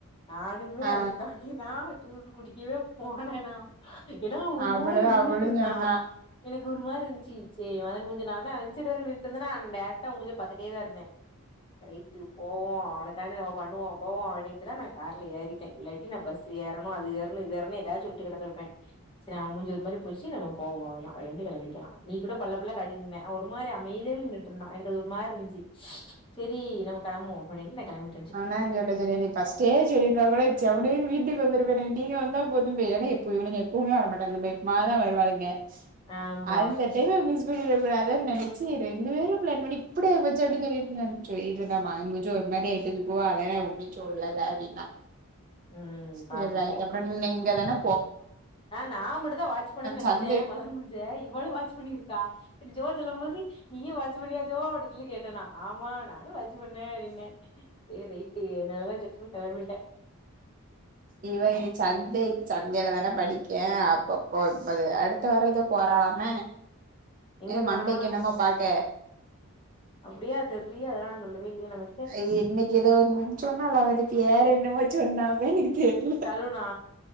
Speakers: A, on the left (about 25°); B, on the right (about 35°).
A: நானுமே
B: ஆ
A: அதுக்காண்டி தா ஜூசு குடிக்கவே போனே நா ஏனா அவ ஒரு
B: அப்டிதா
A: மாரி உம்முன்டுருந்தா
B: அவளு சொன்னா
A: எனக்கு ஒரு மாரிருந்துச்சு சேரி மதன் மூஞ்சி நா வேணா அந் சைட் வேற நின்னுட்ருந்தேனா நா டேரக்டா அவ மூஞ்ச பாத்துட்டே தாருந்தே ரைட்டு போவோ அவுனுக் காணு அவ பண்ணுவோ போவோ அப்டின்ட்டு தா நா கார்ல ஏறிட்டே இல்லாட்டி நா பஸ்ல ஏறணு அது ஏறனு இது ஏறனு எதாச்சு ட்டு கெடந்துருப்பே சரி அவ மூஞ்சி ஒரு மாரி போச்சு நம்ம போவோ அவ்ளோ தா அப்டின்ட்டு கெளம்பிட்டே நா நீ கூட பல்ல பல்ல காட்டிட்டு நின்ன அவ ஒரு மாரி அமைதியா நின் ன்னா எனக்கு அது ஒரு மாரி இன்ச்சு சேரி நம்ம கெளம்புவோ அப்டின்ட்டு நா கெளம்பி
B: ஆனா <unintelligible> ஃபஸ்ட்டே சொல்லிருந்தா கூட செவனேன் வீட்டுக்கு வந்துருப்பனே நீங்க வந்தா போதுமே ஏனா இப்போ இவளுங்க பூமே வர மாட்டாங்க <unintelligible> மா தா வருவாளுங்க
A: ஆமா
B: அதுந்த ட்ரெயின மிஸ் பண்ணிட கூடாதுன் நெனச்சு ரெண்டு பேரு பிளான் பண்ணி இப்டே ஆயிடுச்சே சொல்லிட்டு இருந்தா சொல்லிட்ருந்தா மதன் மூஞ்சி ஒரு மாரி ஆயிட்டுங்கோ அதா நா உன்னு சொல்லல அப்டின்னா
A: ம்
B: சேரி
A: பாத்துக்கோ
B: ரைட்டு அப்றன் நீ இங்க தானா
A: ஆ நா மட்டுந்தா வாட்ச் பண்ணன் நெனைச்சே
B: சந்தை
A: மதன் மூஞ்ச இவளு வாட்ச் பண்ணிருக்கா ஜோ சொல்லம்போது நீயு வாட்சு பண்ணியா ஜோ அப்டின் சொல்லி கேட்டே நா ஆமா நானு வாட்சு பண்ணே அப்டின்னே சேரி ரைட்டு இதனால தா செக்குனு கெளம்பிட்டே
B: இவ இன்னைக் சண்டே சண்டேல தான படிக்கே அப்பப்போ <unintelligible> அடு த்த வாரோ எதோ போறாலாம
A: எங்க
B: என
A: போறானா
B: மண்டைக்கு என்னமோ பாக்க
A: அப்டியா தெர்லியே அதல்லா சொல்லவே இல்லையே நம
B: ஆ இன்னைக்கு எதோ ஒன்னு சொன்னாலே அவ நேத்தி ஏற என்னவோ சொன்னா அவ எனக்கு தெர்ல
A: சலுனா